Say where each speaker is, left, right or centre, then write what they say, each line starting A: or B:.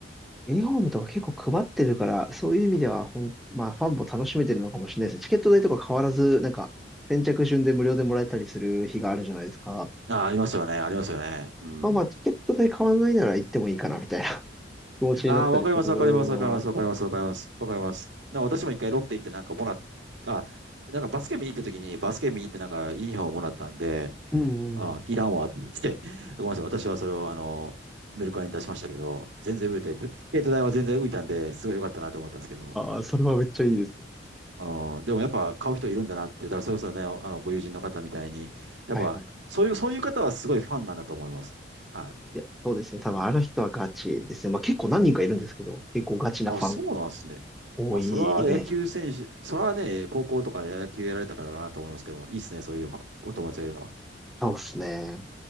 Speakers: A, in the centre; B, on the right.
A: ユニフォームとか結構配ってるから、そういう意味ではほん、まあファンも楽しめてるのかもしれないですね。チケット代とか変わらず、なんか、先着順で無料でもらえたりする日があるじゃないですか。
B: あ、ありますよね、ありますよね。うん。
A: まあまあ、チケット代変わらないなら行ってもいいかな、みたいな <laughs> 気持ちになったりするのはある。
B: ああ、わかります、わかります、わかります、わかります、わかります、わかります。なんか私も一回ロッテ行ってなんかもらっ、あ、なんかバスケ見に行った時に、バスケ見に行ってなんかユニフォームもらったんで、
A: うんうんうん。
B: あ、いらんわって、<laughs> ごめんなさい。私はそれを、あの、メルカリに出しましたけど、全然売れて、ペスケート代は全然浮いたんで、すごい良かったなと思ったんですけど。
A: ああ、それはめっちゃいいですね。
B: うん。あーでもやっぱ買う人いるんだなって、だからそれこそね、あの、ご友人の方みたいに、やっぱ、
A: はいはい
B: そういう、そういう方はすごいファンなんだと思います。は
A: いや、そうですね。多分あの人はガチですね。
B: い。
A: まあ結構何人かいるんですけど、結構ガチなファンが
B: あ、そうなんですね。
A: 多いイメージ。
B: まあ、それは野球選手、それはね、高校とか野球やられた方だなと思いますけども、いいですね、そういうファンお友達がいるのは。
A: そうですね。